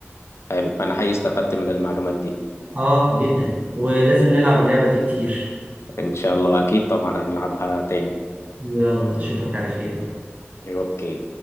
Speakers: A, on the left; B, on the right.
A: حلو انا حقيقي استفدت من المعلومات دي
B: اه جدا ولازم نلعب اللعبة دي كتير
A: ان شاء الله اكيد طبعا هنلعبها تاني
B: يلا اشوفك على خير بقى
A: اوكي